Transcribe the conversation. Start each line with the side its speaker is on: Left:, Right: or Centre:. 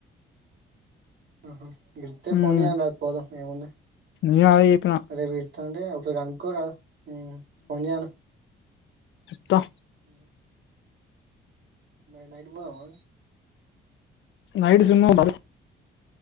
Right: ఆహా విడితే
Left: ఉమ్
Right: ఫోన్ చేయ్యనా పోదాం ఏముంది
Left: నేను అదే చెప్పిన
Right: రేపు ఇత్తానంటే ఒకసారి కనుక్కోరాదు ఫోన్ చేయను
Left: త
Right: అ మరి నైట్ పోదామా
Left: నైట్ సినిమా కి పోదాం